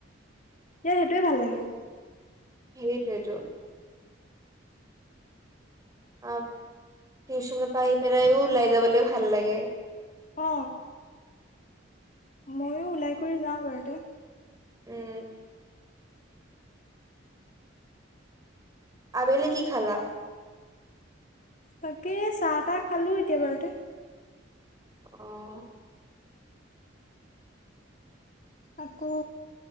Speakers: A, on the left; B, on the right.
A: এতিয়া সেইটোৱে ভাল লাগে।
B: সেইটোৱে টো। অ টিউচন পৰা আহি পেলাও ওলাই যাবলে ভাল লাগে।
A: অ, ময়ো ওলাই কৰি যাওঁ বাৰু তে
B: উম আবেলি কি খালা।
A: তাকে চাহ তাহ খালো এতিয়া ঘৰতে
B: অহ
A: আকৌ